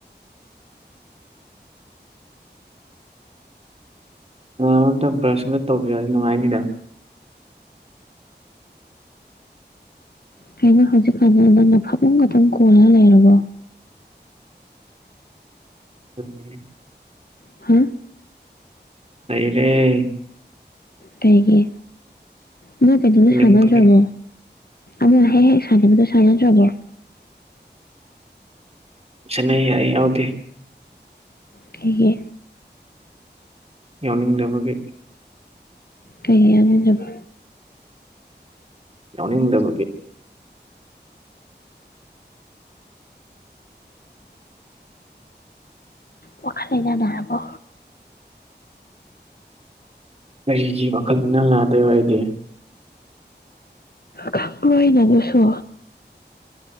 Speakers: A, on the right; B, on the left.
A: ꯀꯅꯥꯅꯣꯝꯇ ꯕ꯭ꯔꯁ ꯃꯨꯛ ꯇꯧꯕꯤꯔꯗꯤ ꯅꯨꯡꯉꯥꯏꯅꯤꯗ
B: ꯀꯩꯅꯣ ꯍꯧꯖꯤꯛꯀꯥꯟꯖꯦ ꯅꯪꯅ ꯐꯃꯨꯡ ꯈꯛꯇꯪ ꯀꯣꯟꯂ ꯂꯩꯔꯕꯣ
A: ꯀꯔꯤ ꯀꯔꯤ
B: ꯍꯥ
A: ꯂꯩꯔꯦ
B: ꯀꯩꯒꯤ ꯅꯣꯏ ꯀꯗꯧꯁꯨ
A: ꯍꯤꯡꯅꯤꯡꯕꯒꯤ
B: ꯁꯥꯟꯅꯗꯔꯕꯣ ꯑꯃ ꯍꯦꯛ ꯍꯦꯛ ꯁꯥꯟꯅꯕꯗꯣ ꯁꯥꯟꯅꯗ꯭ꯔꯕꯣ
A: ꯁꯥꯅꯩꯌꯦ ꯑꯩ ꯌꯥꯎꯗꯦ
B: ꯀꯩꯒꯤ
A: ꯌꯥꯎꯅꯤꯡꯗꯕꯒꯤ
B: ꯀꯩꯒꯤ ꯌꯥꯎꯅꯤꯡꯗ꯭ꯔꯤꯕ
A: ꯌꯥꯎꯅꯤꯡꯗꯕꯒꯤ
B: ꯋꯥꯈꯜ ꯂꯩꯅ ꯅꯥꯔꯕꯣ
A: ꯀꯔꯤꯒꯤ ꯋꯥꯈꯜ ꯂꯩꯅꯥ ꯅꯥꯗꯣꯏꯕ ꯑꯩꯗꯤ
B: ꯈꯪꯕ꯭ꯔꯣ ꯑꯩꯅ ꯑꯗꯨꯁꯨ